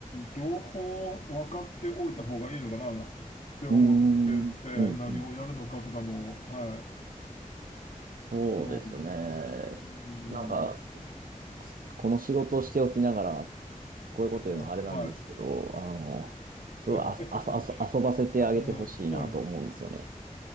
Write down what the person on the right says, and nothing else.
ーん、うん、うん。
そうですね。
なんか、すすこの仕事をしておきながら、こういうこと言うのはあれなんですけど、
あの、すごいあそ、
あそ、あそ、遊ばせてあげてほしいなと思うんですよね。